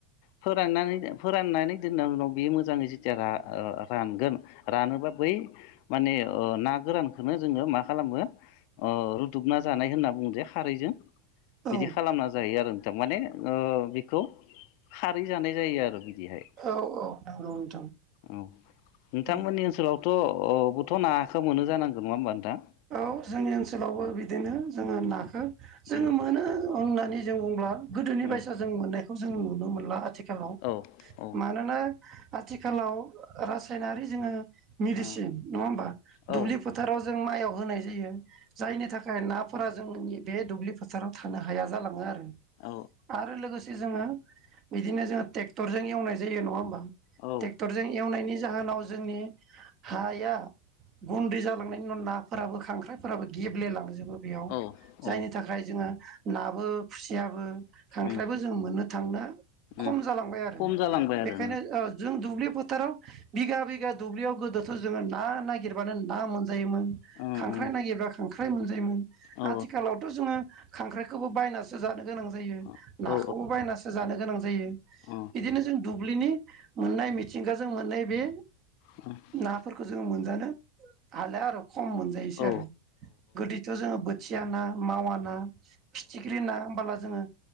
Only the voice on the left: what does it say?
फोराननानैनानै दो फोराननानै दोननायनि उनाव बे मोजाङै जेथिया रा-रानगोन रानोबा बै माने ओ ना गोरानखौनो जोङो मा खालामो ओ रुदुबना जानाय होनना बुङो जे। खारैजों
बिदि खालामना जायो आरो नों थां माने ओ बिखौ खारै जानाय जायो आरो बिदिहाय।
औ नोंथांमोननि
ओनसोलावथ' अथ' नाखौ मोनो जानांगोन नङा होमबा नोंथां।
उम
उम
औ औ
औ
औ
औ
औ
औ
औ
उम
उम
खम जालांबाय आरो
नों
औ
औ
औ
औ
<unintelligible>
औ